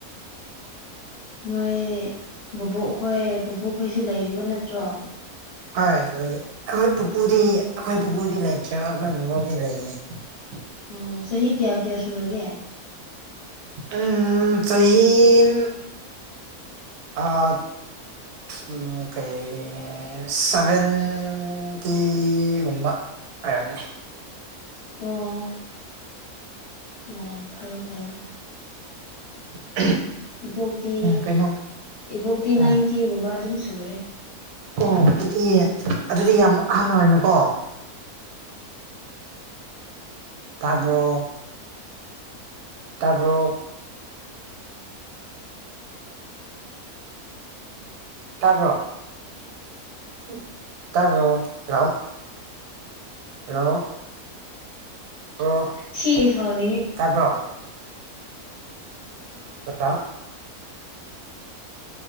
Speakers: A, on the left; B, on the right.
A: ꯅꯣꯏ ꯕꯨꯕꯣꯛꯈꯣꯏ ꯄꯨꯄꯨꯈꯣꯏꯁꯨ ꯂꯩꯔꯤꯕ ꯅꯠꯇ꯭ꯔꯣ
B: ꯍꯣꯏ ꯂꯩ ꯑꯩꯈꯣꯏ ꯄꯨꯄꯨꯗꯤ ꯑꯩꯈꯣꯏ ꯄꯨꯄꯨꯗꯤ ꯂꯩꯇ꯭ꯔ‌ꯦ ꯑꯩꯈꯣꯏ ꯕꯨꯕ‌ꯣꯛꯗꯤ ꯂꯩꯌꯦ <unintelligible>
A: ꯑꯣ ꯆꯍꯤ ꯀꯌꯥ ꯀꯌꯥ ꯁꯨꯔꯒꯦ
B: ꯎꯝ ꯆꯍꯤ ꯑꯝ ꯑ ꯑ ꯀꯩ ꯁꯚꯦꯟ ꯇꯤꯒꯨꯝꯕ ꯑꯣꯏꯔꯝꯅꯤ
A: ꯑꯣ ꯑꯣ ꯐꯩ ꯐꯩꯌꯦ
B: ꯎꯝ
A: ꯏꯕꯣꯛꯇꯤ
B: ꯀꯩꯅꯣ
A: ꯏꯕꯣꯛꯇꯤ
B: ꯑꯣ
A: ꯅꯥꯏꯟꯇꯤꯒꯨꯝꯕ ꯑꯗꯨꯝ ꯁꯨꯔꯦ
B: ꯑꯣ ꯑꯗꯨꯗꯤ ꯑꯗꯨꯗꯤ ꯌꯥꯝ ꯑꯍꯟ ꯑꯣꯏꯌꯦꯀꯣ ꯇꯥꯕ꯭ꯔꯣ ꯇꯥꯕꯔ‌ꯣ ꯇꯥꯕ꯭ꯔꯣ <unintelligible> ꯇꯥꯕꯔ‌ꯣ ꯂꯥꯛꯑꯣ ꯍꯜꯂꯣ ꯕꯔ‌ꯣ
A: ꯁꯤ ꯁꯥꯎꯅꯤꯡꯉꯤ
B: ꯇꯥꯕ꯭ꯔꯣ ꯍꯂ‌ꯣ <inaudible>